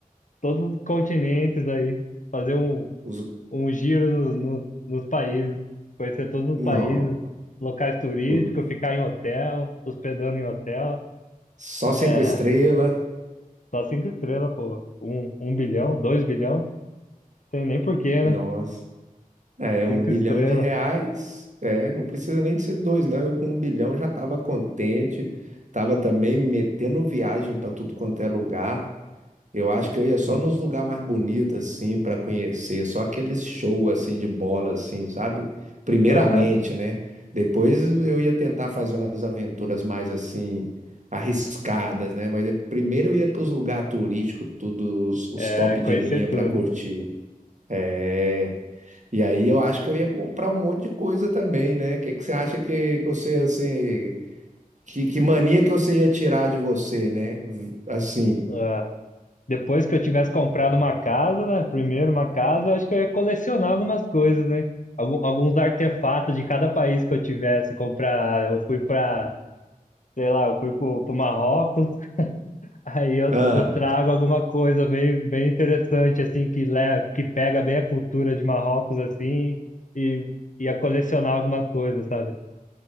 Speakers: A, on the left (about 60°); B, on the right (about 55°).
A: todos os continentes aí, fazer um,
B: Os...
A: um giro no- no- nos países, conhecer todos os
B: Não.
A: países, locais turísticos,
B: O-
A: ficar em hotel, hospedando em hotel.
B: Só cinco
A: É,
B: estrelas.
A: só cinco estrelas, pô. Um, um bilhão, dois bilhão, tem nem porquê,
B: Nossa.
A: né?
B: É,
A: Cinco
B: um bilhão
A: estrelas.
B: de reais. É, não precisa nem de ser dois, não. Eu com um bilhão já estava contente. Tava também metendo viagem para tudo quanto é lugar. Eu acho que eu ia só
A: Sim.
B: nos lugares mais bonitos, assim, para conhecer, só aqueles shows, assim, de bola, assim, sabe? Primeiramente,
A: Aham.
B: né? Depois eu ia tentar fazer umas aventuras mais, assim, arriscadas, né? Mas eu- primeiro eu ia para os lugares turísticos, todos os, os
A: É,
B: top de
A: conhecer
B: linha para
A: tudo.
B: curtir. É, e aí eu acho que eu ia comprar um monte de coisa também, né? O que que você acha que, que você, assim, que, que mania que você ia tirar de você, né? Assim,
A: Ah, Depois que eu tivesse comprado uma casa, né? Primeiro uma casa, eu acho que eu ia colecionar algumas coisas, né? Algum- alguns artefatos de cada país que eu tivesse. Comprar, eu fui pra, sei lá, eu fui pro, pro Marrocos, Aí eu,
B: ah.
A: eu trago alguma coisa bem, bem interessante, assim, que, le, que pega bem a cultura de Marrocos, assim, e ia colecionar algumas coisas, sabe?